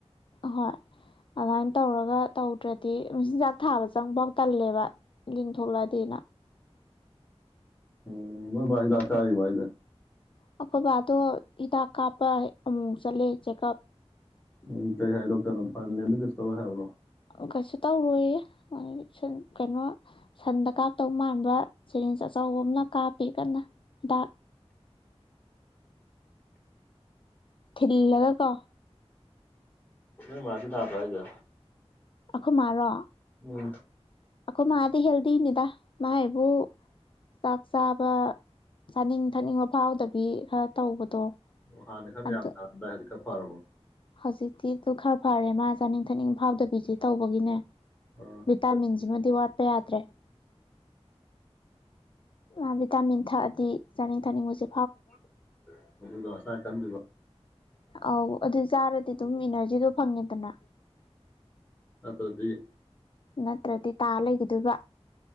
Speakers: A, on the left; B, on the left.
A: ꯍꯣꯏ ꯑꯗꯨꯃꯥꯏꯅ ꯇꯧꯔꯒ ꯇꯧꯗ꯭ꯔꯗꯤ ꯃꯆꯤꯟꯖꯥꯛ ꯊꯥꯕ ꯆꯪꯐꯥꯎ ꯇꯜꯂꯦꯕ ꯂꯤꯟ ꯊꯣꯛꯂꯛꯑꯗꯤꯅ
B: ꯎ ꯅꯣꯢ ꯕꯥ ꯍꯤꯗꯥꯛ ꯆꯥꯔꯤꯕꯣ ꯍꯥꯏꯁꯦ
A: ꯑꯩꯈꯣꯏꯕꯗꯣ ꯍꯤꯗꯥꯛ ꯀꯥꯞꯄ ꯑꯃꯨꯛ ꯃꯨꯛ ꯆꯠꯂꯦ ꯆꯦꯛꯑꯞ
B: ꯎꯝ ꯀꯩ ꯍꯥꯏ ꯗꯣꯛꯇꯔꯅ ꯐꯔꯅꯤ ꯑꯗꯨ ꯀꯩꯁꯨ ꯇꯧꯔꯣꯢ ꯍꯥꯏꯕ꯭ꯔꯣ
A: ꯀꯩꯁꯨ ꯇꯧꯔꯣꯏꯌꯦ ꯑꯩ ꯁꯟ ꯀꯩꯅꯣ ꯁꯟꯗ ꯀꯥꯞꯇꯧ ꯃꯥꯟꯕ ꯁꯦꯔꯤꯟꯁ ꯑꯆꯧꯕ ꯑꯃꯅ ꯀꯥꯞꯄꯦ ꯀꯟꯅ ꯗ
B: <inaudible> <inaudible>
A: ꯊꯤꯜꯂꯒꯀꯣ
B: ꯅꯣꯢ ꯃꯥꯁꯨ ꯅꯕ꯭ꯔꯣ ꯍꯥꯏꯖꯦ
A: ꯑꯩꯈꯣꯏ ꯃꯥꯥꯔꯣ
B: ꯎꯝ
A: ꯑꯩꯈꯣꯏ ꯃꯥꯗꯤ ꯍꯦꯜꯗꯤꯅꯤꯗ ꯃꯥꯢ ꯍꯥꯢꯕꯨ ꯆꯥꯛ ꯆꯥꯕ ꯆꯥꯅꯤꯡ ꯊꯛꯅꯤꯡꯕ ꯐꯥꯎꯗꯕꯤ ꯈꯔ ꯇꯧꯕꯗꯣ
B: ꯑꯣ ꯍꯥꯟꯅ ꯋꯥꯈꯜ
A: ꯑꯗꯨ
B: ꯌꯥꯝ ꯇꯥꯔꯝꯗꯥꯢ ꯍꯧꯖꯤꯛ ꯈꯔ ꯐꯔꯕꯣ
A: ꯍꯧꯖꯤꯛꯇꯤ ꯗꯨ ꯈꯔ ꯐꯔꯦ ꯃꯥ ꯆꯥꯅꯤꯡ ꯊꯛꯅꯤꯡ ꯐꯥꯎꯗꯕꯤꯁꯤ ꯇꯧꯕꯒꯤꯅꯦ
B: ꯑꯥ
A: ꯚꯤꯇꯥꯃꯤꯟꯁꯤꯃꯗꯤ ꯋꯥꯠꯄ ꯌꯥꯗ꯭ꯔꯦ ꯃꯥ ꯚꯤꯇꯥꯃꯤꯟ ꯊꯛꯑꯗꯤ ꯆꯥꯅꯤꯡ ꯊꯛꯅꯤꯡꯕꯖꯦ
B: <unintelligible> ꯇꯝꯕꯤꯕ
A: ꯑꯧ ꯑꯗꯨ ꯆꯥꯔꯗꯤ ꯑꯗꯨꯝ ꯏꯅꯔꯖꯤꯗꯣ ꯐꯪꯉꯦꯗꯅ
B: ꯅꯠ꯭ꯔꯗꯤ
A: ꯅꯠꯇ꯭ꯔꯗꯤ ꯇꯥ ꯂꯩꯒꯤꯗꯣꯏꯕ